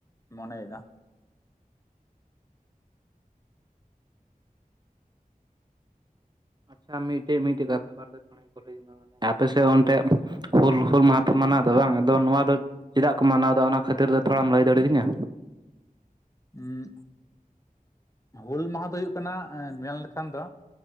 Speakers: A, on the left (about 20°); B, on the right (about 30°).
A: ᱢᱚᱱᱮᱭᱮᱫᱟ ᱾
B: ᱟᱪᱪᱷᱟ ᱢᱤᱫᱴᱮᱡ ᱢᱤᱫᱴᱮᱡ ᱠᱟᱛᱷᱟ ᱵᱟᱨᱛᱮ ᱛᱷᱚᱲᱟᱧ ᱦᱚᱞᱤ ᱢᱟᱦᱟ <inaudible> ᱟᱯᱮ ᱥᱮᱫ ᱚᱱᱛᱮ ᱦᱩᱞ, ᱦᱩᱞ ᱢᱟᱦᱟ ᱯᱮ, ᱢᱟᱱᱟᱣ ᱮᱫᱟ ᱵᱟᱝ? ᱟᱫᱚ, ᱱᱚᱣᱟ ᱫᱚ ᱪᱮᱫᱟᱜ ᱠᱚ ᱢᱟᱱᱟᱣ ᱮᱫᱟ, ᱚᱱᱟ ᱠᱷᱟᱹᱛᱤᱨ ᱛᱮ, ᱛᱷᱚᱲᱟᱢ ᱞᱟᱹᱭ ᱫᱟᱲᱮ ᱠᱤᱧᱟ?
A: ᱦᱩᱸᱻᱜ, ᱦᱩᱞ ᱢᱟᱦᱟ ᱫᱚ, ᱦᱩᱭᱩᱜ ᱠᱟᱱᱟ, ᱢᱮᱱ ᱞᱮᱠᱷᱟᱱ ᱫᱚ,